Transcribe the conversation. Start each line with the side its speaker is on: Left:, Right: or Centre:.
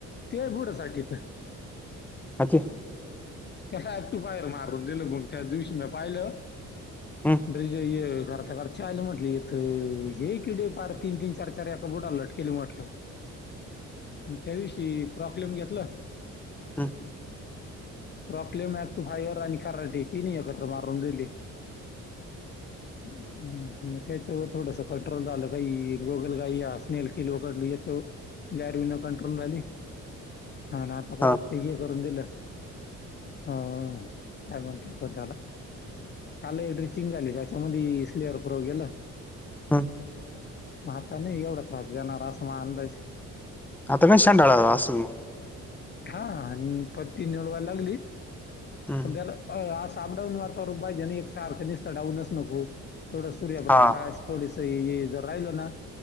Left: ते बुड साठीत
Centre: अच्छा!
Left: त्याला ऍक्टूफायर मारून दिलं मग त्याच दिवशी मी पाहिलं
Centre: हम्म
Left: ब्रिड्झ हे करता करता चहा ला ये म्हटलं इथं हे किडे फार तीन तीन चार चार एका बुडाला लटकिले म्हटलं मग त्याविषयी प्रॉब्लेम घेतलं
Centre: हम्..
Left: प्रॉक्लेम, ऍक्टू फायर आणि कराटे तिनी एकत्र मारून दिले हम्म. हम्म.. मग त्याच्यावर थोडंसं कंट्रोल झालं काही गोगलगाई स्नेल केलो याच्यावर. गारविळ कंट्रोल झाली आणि आता परत
Centre: हा
Left: हे करून दिलं हम.. काय म्हणतो आपण त्याला काल ड्रिचिंग झाली.. त्याच्यामध्ये स्लेअर प्रोव गेलं.
Centre: हम्म
Left: म आता नाही एवढा त्रास देणारं.. असाल अंदाजे
Centre: आता काय शेंड्याला असंल म
Left: हा. आणि पत्ती निवडवा लागली
Centre: हम्म
Left: पण त्याला आ अस अप डाउन वातावरण पाहिजे नाही एक सारख निसत डावूनच नको थोडं सूर्यप्रकाश..
Centre: हा
Left: थोडस हे जर राहिलं ना